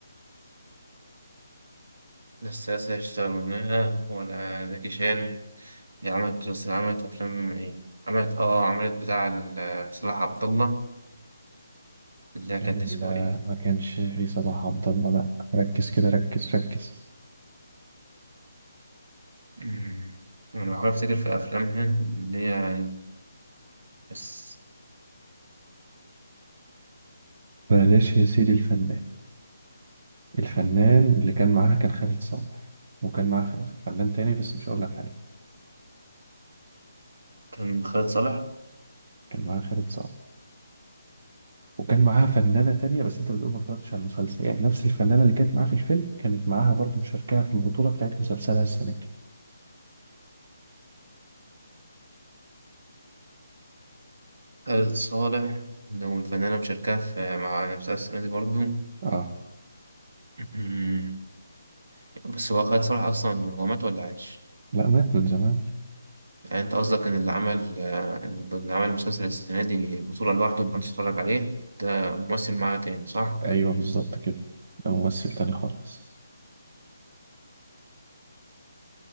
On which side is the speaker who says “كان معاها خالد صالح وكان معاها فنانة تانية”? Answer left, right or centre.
Right